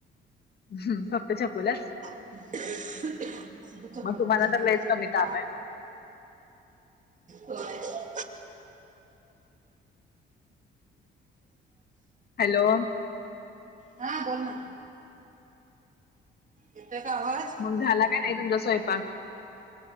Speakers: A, on the left; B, on the right.
A: हम्म फक्त चकुल्या
B: फक्त छकुलेत
A: मग तुम्हाला
B: सगळे
A: तर लईच
B: खात्यात
A: कमी ताप आहे मग.
B: गार. हो.
A: हॅलो
B: हा बोल ना. येत का आवाज?
A: मग झाला काय नाही तुमचा स्वयंपाक?